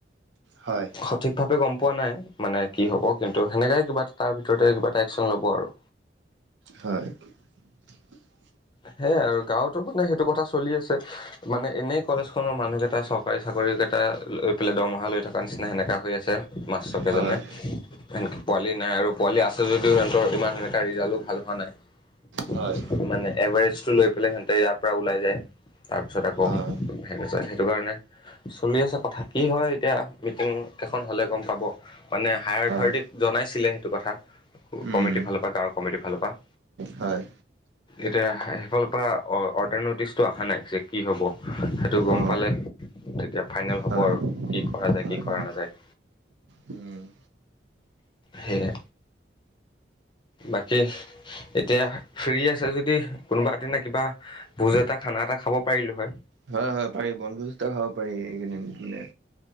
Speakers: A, on the right; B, on the left.
A: হয়
B: সঠিক ভাৱে গম প পোৱা নাই মানে কি হ'ব কিন্তু সেনেকাই কিবা এ তাৰ ভিতৰতে কিবা এটা একচন ল'ব আৰু
A: হয় <inaudible>
B: সেয়াই আৰু গাঁৱতো মানে সেইটো কথা চলি আছে মানে এনেই কলেজ খনৰ মানুহকেইটাই চৰকাৰী চাকৰি <unintelligible> চাকৰি কেইটা লৈ পেলাই দৰমহা লৈ থকাৰ নিচিনা সেনেককাা হৈ আছে মাছ চক
A: হয়
B: এজনে <unintelligible> সক পোৱালি নাই আৰু পোৱালি আছে যদিও সিহঁতৰ ইমান সেনেকা ৰিজাল্টো ভাল হোৱা নাই <unintelligible>
A: হয়
B: মানে এভাৰেষ্টটো লৈ পেলাই সিহঁতে ইয়াৰ পৰা ওলাই যায় তাৰ পিছত আকৌ
A: হয়
B: <unintelligible> সেই সেইটো কাৰণে চলি আছে কথা কি হয় এতিয়া মিটিং এখন হলে গম পাব মানে হায়াৰ
A: হয়
B: অথৰিটিক <unintelligible> জনাইছিলে সেইটো কথা
A: উম
B: কমিটিৰ ফালৰ পৰা গাঁৱৰ কমিটিৰ ফালৰ পৰা
A: হয়।
B: এতিয়া সেইফালৰ পৰা অৰ্ডাৰ নটিচটো অহা নাই যে কি হ'ব সেইটো গম
A: অ
B: পালে। তেতিয়া ফাইনেল হ'ব
A: হয়
B: আৰু কি কৰা যায়
A: হয়
B: কি কৰা নাযায়।
A: উম
B: সেই বাকী এতিয়া ফ্ৰী আছে যদি কোনোবা এ দিনা কিবা ভোজ এটা খানা এটা খাব পাৰিলোঁ হয়।
A: হয় পাৰি বনভোজ খাব পাৰি এইকেইদিন মানে